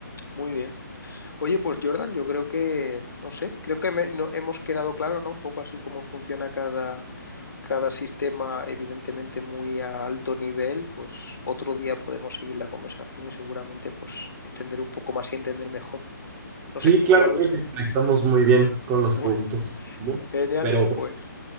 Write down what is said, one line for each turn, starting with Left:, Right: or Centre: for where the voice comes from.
Left: Muy bien. Oye, pues Jordan, yo creo que, no sé, creo que me- no- hemos quedado claro, ¿no? Un poco así cómo funciona cada, cada sistema, evidentemente muy a alto nivel. Pues otro día podemos seguir la conversación y seguramente pues extender un poco más y entender mejor. No
Right: Sí,
Left: sé,
Right: claro,
Left: ¿cómo lo
Right: creo
Left: ves?
Right: que conectamos muy bien con los
Left: Muy
Right: puntos en común,
Left: genial,
Right: pero bueno,
Left: pues.